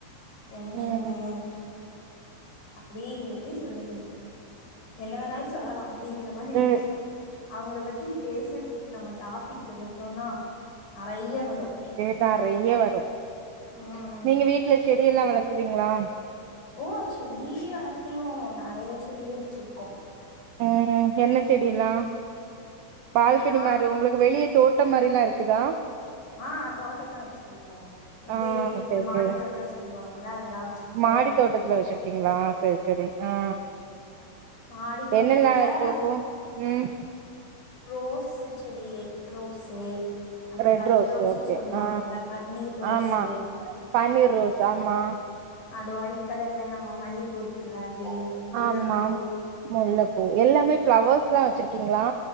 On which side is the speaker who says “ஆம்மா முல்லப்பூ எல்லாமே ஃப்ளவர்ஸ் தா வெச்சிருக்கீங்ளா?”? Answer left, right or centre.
Right